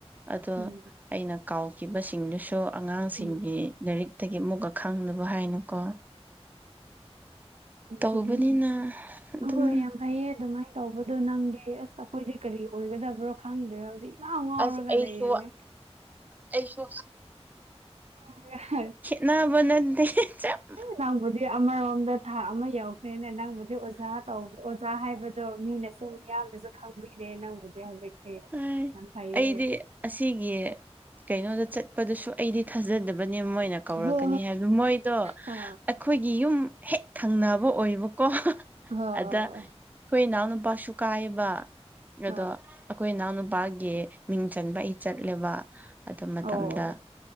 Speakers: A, on the right; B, on the right.
A: ꯑꯗꯣ
B: ꯎꯝ
A: ꯑꯩꯅ ꯀꯥꯎꯈꯤꯕꯁꯤꯡꯗꯨꯁꯨ ꯑꯉꯥꯡꯁꯤꯡꯒꯤ
B: ꯎꯝ ꯎꯝ
A: ꯂꯥꯏꯔꯤꯛꯇꯒꯤ ꯑꯃꯨꯛꯀ ꯈꯪꯅꯕ ꯍꯥꯏꯅ ꯀꯣ
B: ꯎꯝ,
A: ꯇꯧꯕꯅꯤꯅ
B: ꯆꯨꯝꯃꯦ ꯆꯨꯝꯃꯦ
A: ꯑꯗꯨꯝ
B: ꯑꯍꯣꯏ ꯌꯥꯝ ꯐꯩꯌꯦ ꯑꯗꯨꯃꯥꯏꯟ ꯇꯧꯕꯗꯣ ꯅꯪꯗꯤ ꯑꯁ ꯑꯩꯈꯣꯏꯗꯤ ꯀꯔꯤ ꯑꯣꯏꯒꯗꯕ꯭ꯔꯣ ꯈꯪꯗ꯭ꯔꯦ ꯍꯧꯖꯤꯛ ꯉꯥꯎ ꯉꯥꯎꯔꯒ
A: ꯑꯁ ꯑꯩꯁꯨ
B: ꯂꯩꯔꯅꯦ
A: ꯑꯩꯁꯨ
B: ꯎꯝ ꯍꯥꯏ
A: ꯅꯥꯕꯅꯗꯦ ꯆꯞ
B: ꯑꯦ ꯅꯪꯕꯨꯗꯤ ꯑꯃꯔꯣꯝꯗ ꯊꯥ ꯑꯃ ꯌꯥꯎꯈ꯭ꯔꯦꯅ ꯅꯪꯕꯨꯗꯤ ꯑꯣꯖꯥ ꯇꯧ ꯆꯥ ꯍꯥꯏꯕꯗꯣ ꯃꯤꯅꯁꯨ ꯃꯤꯌꯥꯝꯅꯁꯨ ꯈꯪꯕꯤꯔꯦ ꯅꯪꯕꯨꯗꯤ ꯍꯧꯖꯤꯛꯇꯤ
A: ꯍꯣꯏ
B: ꯌꯥꯝ ꯐꯩꯌꯦ
A: ꯑꯩꯗꯤ ꯑꯁꯤꯒꯤ ꯀꯩꯅꯣꯗ ꯆꯠꯄꯗꯨꯁꯨ ꯑꯩꯗꯤ ꯊꯥꯖꯗꯕꯅꯦ ꯃꯣꯏꯅ ꯀꯧꯔꯛꯀꯅꯤ
B: ꯍꯣ
A: ꯍꯥꯏꯕꯗꯣ ꯃꯣꯏꯗꯣ
B: ꯍꯣ
A: ꯑꯩꯈꯣꯏ ꯒꯤ ꯌꯨꯝ ꯍꯦꯛ ꯊꯪꯅꯕ ꯑꯣꯏꯕꯀꯣ
B: ꯍꯣ
A: ꯑꯗ
B: ꯍꯣ
A: ꯑꯩꯈꯣꯏ ꯏꯅꯥꯎꯅꯨꯄꯥꯁꯨ ꯀꯥꯏꯕ
B: ꯍꯣ
A: ꯑꯗꯣ ꯑꯩꯈꯣꯏ ꯏꯅꯥꯎꯅꯨꯄꯥꯒꯤ ꯃꯤꯡ ꯆꯟꯕ ꯑꯩ ꯆꯠꯂꯦꯕ ꯑꯗꯨ ꯃꯇꯝꯗ
B: ꯍꯣ ꯍꯣ ꯑꯣ